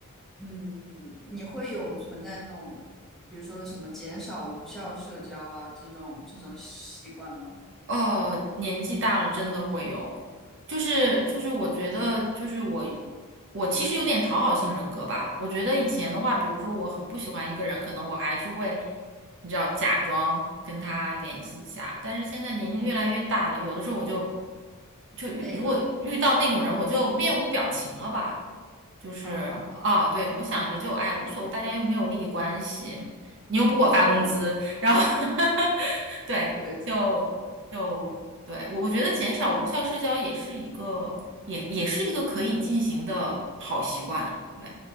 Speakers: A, in the centre; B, on the right.
A: 嗯，你会有存在那种，比如说什么减少无效社交啊这种这种习惯吗？
B: 哦，年纪大了真的会有，就是就是我觉得就是我我其实有点讨好性人格吧。我觉得以前的话，比如说我很不喜欢一个人，可能我还是会你知道假装跟他联系一下，但是现在年龄越来越大了，有的时候我就就遇如果遇到那种人，
A: 累了
B: 我就面无表情了吧，就是啊，
A: 啊，
B: 对，我想着就哎无所谓，大家又没有利益关系，你又不给我发工资，
A: 嗯，对对
B: 然后 <laughs> 对。
A: 对
B: 就就对，我我觉得减少无效社交也是一个，
A: 对，
B: 也也是一个可以进行的好习惯。对，